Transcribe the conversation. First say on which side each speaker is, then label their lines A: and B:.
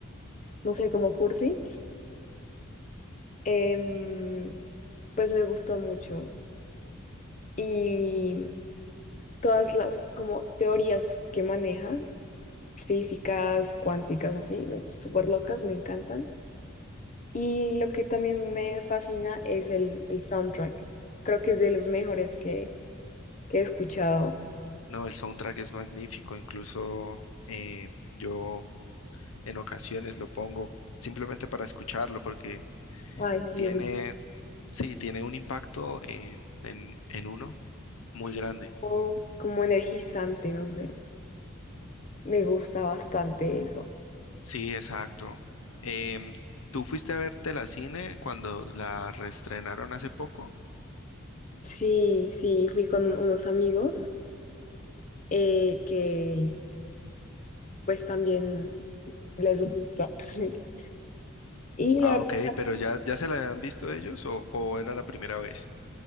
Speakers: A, on the left; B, on the left.
A: no sé, como cursi, em, pues me gustó mucho. Y todas las como teorías que maneja, físicas, cuánticas, así, súper locas, me encantan. Y lo que también me fascina es el, el soundtrack. Creo que es de los mejores que, que he escuchado.
B: No, el soundtrack es magnífico, incluso eh, yo en ocasiones lo pongo simplemente para escucharlo porque
A: Ay, sí,
B: tiene,
A: es muy,
B: sí, tiene un impacto en, en, en uno muy
A: sí,
B: grande.
A: como, como energizante, no sé. Me gusta bastante eso.
B: Sí, exacto. Em, ¿tú fuiste a verte la cine cuando la reestrenaron hace poco?
A: Sí, sí, fui con unos amigos eh, que pues también les gusta. <laughs> Y
B: Ah,
A: la verdad,
B: ok, pero ya, ya se la habían visto ellos o, o era la primera vez.